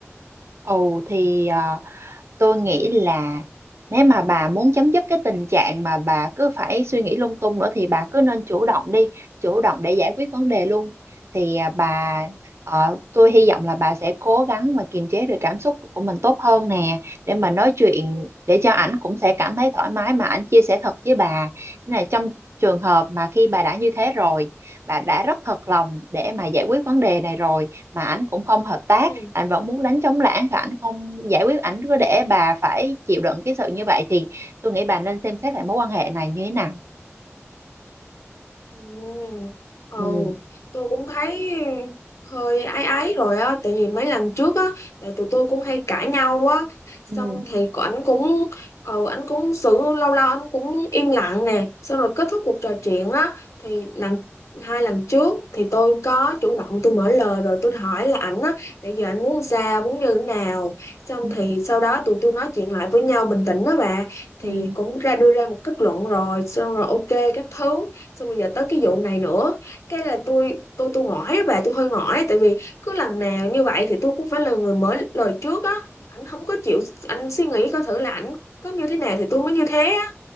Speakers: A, on the right (about 60°); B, on the left (about 75°).
A: Ồ thì à, tôi nghĩ là nếu mà bà muốn chấm dứt cái tình trạng mà bà cứ phải suy nghĩ lung tung nữa thì bà cứ nên chủ động đi chủ động để giải quyết vấn đề luôn thì à, bà ờ, tôi hy vọng là bà sẽ cố gắng mà kiềm chế được cảm xúc của mình tốt hơn nè để mà nói chuyện để cho ảnh cũng sẽ cảm thấy thoải mái mà ảnh chia sẻ thật với bà Nên là trong trường hợp mà khi bà đã như thế rồi bà đã rất thật lòng để mà giải quyết vấn đề này rồi mà ảnh cũng không hợp tác
B: ừ
A: ảnh vẫn muốn đánh trống lảng và ảnh không giải quyết ảnh cứ để bà phải chịu đựng cái sự như vậy thì tôi nghĩ bà nên xem xét lại mối quan hệ này như thế nào
B: Ừ. Ừ,
A: ừ
B: tôi cũng thấy hơi áy áy rồi á tại vì mấy lần trước á tại tụi tôi cũng hay cãi nhau á xong
A: ừ
B: thì cô- ảnh cũng ờ, ảnh cũng xử lâu lâu ảnh cũng im lặng nè xong rồi kết thúc cuộc trò chuyện á thì lần hai lần trước thì tôi có chủ động tôi mở lời rồi tôi hỏi là ảnh á tại giờ ảnh muốn sao muốn như thế nào xong
A: ừ
B: thì sau đó tụi tôi nói chuyện lại với nhau bình tĩnh đó bà thì
A: ừ
B: cũng ra đưa ra một kết luận rồi xong rồi ok các thứ xong rồi giờ tới cái vụ này nữa cái là tôi tôi tôi ngỏi á bà tôi hơi ngỏi tại vì cứ lần nào như vậy thì tôi cũng phải là người mở lời trước á ảnh không có chịu anh suy nghĩ coi thử là ảnh có như thế nào thì tôi mới như thế á